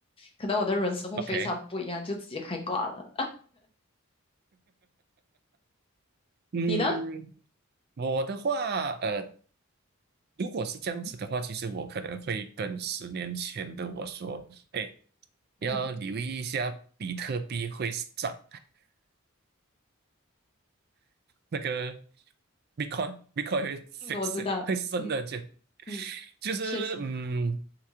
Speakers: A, on the left; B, on the right.
A: 可能我的人生会非常不一样，
B: ，OK，
A: 就直接开挂了。
B: 嗯，
A: 你呢？
B: 我的话，呃，如果是这样子的话，其实我可能会跟十年前的我说，哎，要留意一下比特币会涨，
A: 嗯
B: 那个 Bitcoin Bitcoin 会
A: 嗯，我知道，
B: f i 会升的，
A: 嗯
B: 就
A: 嗯，
B: 就是嗯，
A: 确实，